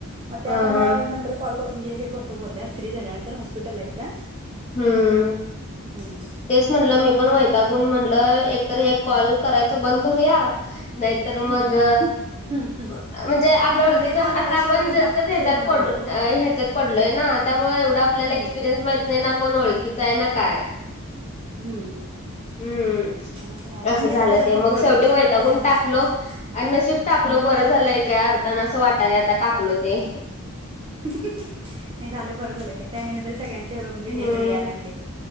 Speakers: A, on the right; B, on the left.
A: मग ते आपण
B: हा हा
A: नंतर कॉल. म्हणजे हे करतो बोलल्या फ्री झाल्यानंतर हॉस्पिटलला आहेत त्या
B: हम्म
A: हम्म.
B: तेच म्हणलं मी पण वैतागुण म्हणलं एकतर हे कॉल करायच बंद करूया. नाहीतर मग.
A: हम्म हम्म हम्म
B: ब म्हणजे आपल्या
A: नाहीतर
B: ओळखीच
A: हे
B: आता
A: कॉल झाल्याशिवाय
B: आपण
A: आपल्याला
B: जास्तच
A: बाकीच
B: ह्याच्यात
A: हे होणार
B: पडू
A: नाहीये तो
B: अ ह्याच्यात. पडलोय ना त्यामुळे एवढं आपल्याला
A: हम्म
B: एक्सपिरियन्स माहित नाही ना कोण ओळखीचा आहे ना काय.
A: हम्म.
B: हम्म
A: त्यामुळे तर आहे
B: असं
A: आणि
B: झालं
A: आता कसं
B: ते मग
A: ओळखी
B: शेवटी
A: तर
B: वैतागून
A: काढायचंच
B: टाकलो
A: आहेत
B: आणि नशीब टाकलो
A: हम्म
B: बरं झालंय काय अर्थ. ताना अस वाटाले आता टाकलो ते.
A: नाही झालं बरं झालंय की त्या ह्यान तरी सगळ्यांचे म्हणजे
B: हम्म.
A: हे तरी यायला लागले.